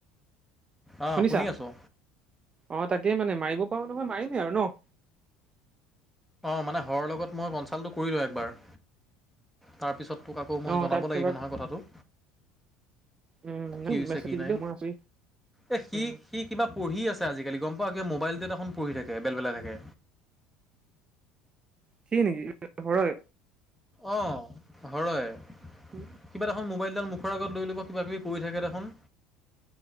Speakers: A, in the centre; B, on the right.
A: অ,
B: শুনিছা
A: শুনি আছো।
B: অ তাকে মানে মাৰিব পাৰো নহয়, মাৰিমেই আৰু ন।
A: অ মানে হৰৰ লগত মই কনচাল্টটো কৰিলোঁ একবাৰ। তাৰপিছত তোক আকৌ মই
B: অ
A: জনাব
B: তাক
A: লাগিব
B: এবাৰ
A: নহয় কথাটো?
B: উম
A: কি হৈছে
B: মেছেজ
A: কি নাই?
B: দিলো মই আছো
A: এ সি
B: উম
A: সি কিবা পঢ়ি আছে আজিকালি গম পাওঁ কিয় মোবাইলটো এখন পঢ়ি থাকে বেল বেলাই থাকে।
B: সি নেকি <unintelligible> হয়।
A: অহ, ঘৰ হয়।
B: উম।
A: কিবা দেখোন মোবাইলডাল মুখৰ আগত লৈ ল'ব, কিবা - কিবি কৰি থাকে দেখোন।